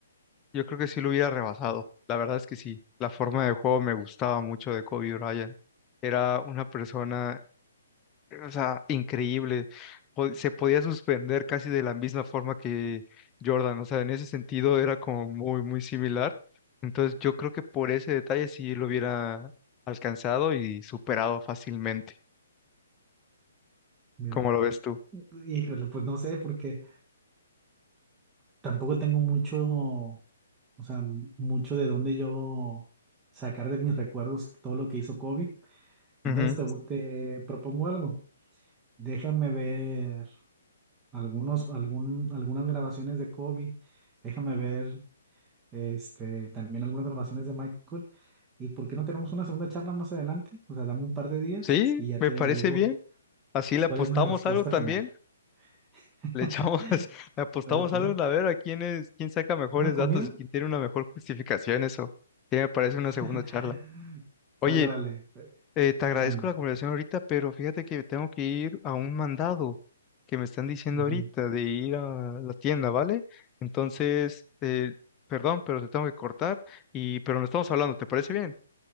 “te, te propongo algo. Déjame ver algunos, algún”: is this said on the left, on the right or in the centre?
Right